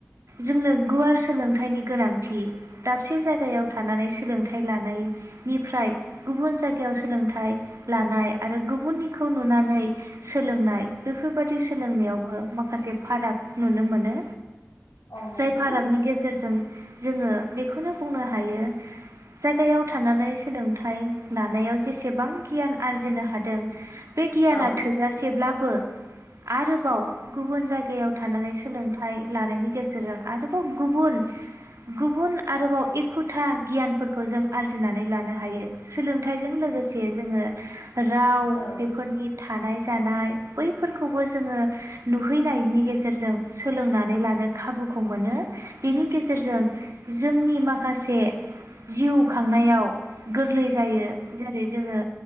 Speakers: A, on the right; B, on the left.
A: जोंनो गुवार सोलोंथाइनि गोनांथि दाबसे जायगायाव थानानै सोलोंथाइ लानायनिफ्राय गुबुन जायगायाव सोलोंथाइ लानाय आरो गुबुननि खौ नुनानै सोलोंनाय बेफोर बेबाददि सोलोंनायावबो मा माखासे फाराग नुनो मोनो
B: औ नंगौ
A: जाय भारागनि गेजेरजों जोङो बेखौनो बुंनो हायो जायगायाव थानानै सोलोंथाइ लानायाव जेसेबां गियान आरजिनो हादों बे गियाना
B: औ
A: थोजासेब्ला बो आरोबाव गुबुन जायगायाव थानानै सोलोंथाइ लानायनि गेजेरजों आरोबाव गुबुन गुबुन आरोबाव एखुथा गियानफोरखौ जों आरजिनानै लानो हायो सोलोंथाइजों लोगोसे जोङो राव बेफोरनि
B: औ
A: थानाय जानाय बैफोरखौबो जोङो नुहैनायनि गेजेरजों सोलोंनानै लानो खाबुखौ मोनो। बेनि गेजेरजों जोंनि माखासे जिउ खांनायाव। गोरलै जायो जेरै जोङो